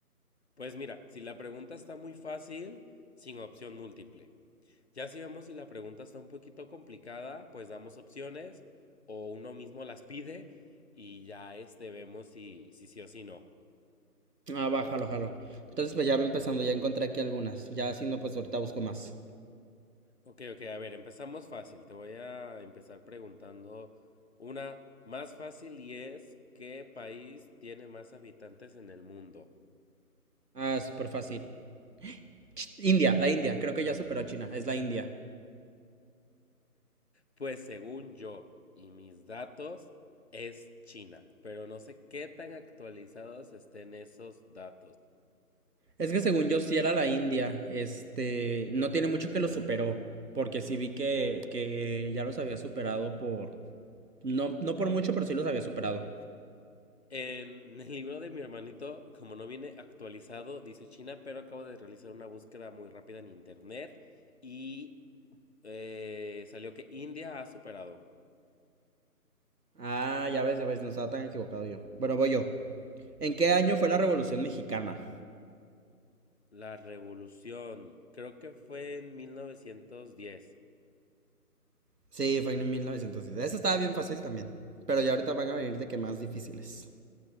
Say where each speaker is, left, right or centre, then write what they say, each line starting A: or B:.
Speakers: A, on the left; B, on the right.
A: Pues mira, si la pregunta está muy fácil, sin opción múltiple. Ya si vemos si la pregunta está un poquito complicada, pues damos opciones o uno mismo las pide y ya este vemos si, si sí o si no.
B: Ah, va, jalo, jalo. Entonces, pues ya va empezando, ya encontré aquí algunas. Ya si no, pues ahorita busco más.
A: Ok, ok, a ver, empezamos fácil. Te voy a empezar preguntando una más fácil y es ¿qué país tiene más habitantes en el mundo?
B: Ah, súper fácil. Ch- India, la India, creo que ya superó a China, es la India.
A: Pues según yo y mis datos es China, pero no sé qué tan actualizados estén esos datos.
B: Es que según yo sí era la India, este, no tiene mucho que lo superó, porque sí vi que, que ya los había superado por, no, no por mucho, pero sí los había superado.
A: En el libro de mi hermanito, como no viene actualizado, dice China, pero acabo de realizar una búsqueda muy rápida en internet y eh, salió que India ha superado
B: Ah, ya ves, ya ves, no estaba tan equivocado yo. Bueno, voy yo. ¿En qué año fue la Revolución Mexicana?
A: la revolución. Creo que fue en 1910.
B: Sí, fue en 1900. Eso estaba bien fácil también. Pero ya ahorita van a venir de que más difíciles.